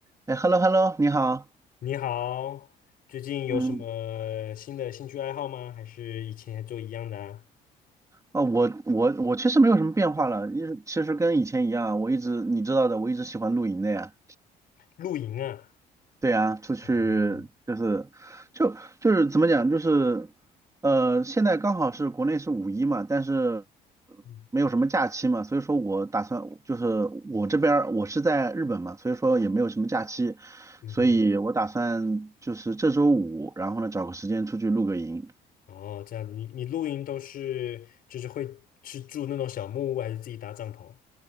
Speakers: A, on the right; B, on the left.
A: 哎，hello hello，你好。
B: 你好，最近有嗯什么新的兴趣爱好吗？
A: 嗯，
B: 还是以前就一样的啊？
A: 啊、我我我其实没有什么变化了，因为其实跟以前一样，我一直你知道的，我一直喜欢露营的呀。
B: 露营啊，
A: 对呀，出去就是就就是怎么讲，
B: 啊，
A: 就是呃，现在刚好是国内是五一嘛，但是
B: 嗯
A: 没有什么假期嘛，所以说我打算就是我这边儿我是在日本嘛，所以说也没有什么假期，
B: 嗯
A: 所以我打算就是这周五，然后呢找个时间出去露个营。
B: 哼，哦，这样，你你露营都是就是会是住那种小木屋，还是自己搭帐篷？